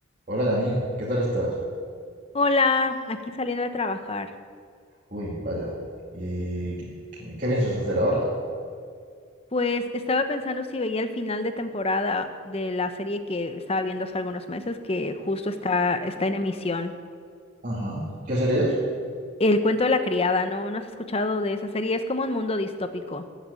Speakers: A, on the right; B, on the left.
A: Hola Janine, ¿qué tal estás?
B: Hola, aquí saliendo de trabajar.
A: Uy, vaya. ¿Y qué, qué- qué piensas hacer ahora?
B: Pues estaba pensando si veía el final de temporada de la serie que estaba viendo hace algunos meses, que justo está, está en emisión.
A: Ajá. ¿Qué serie es?
B: El cuento de la criada, ¿no? ¿No has escuchado de esa serie? Es como un mundo distópico.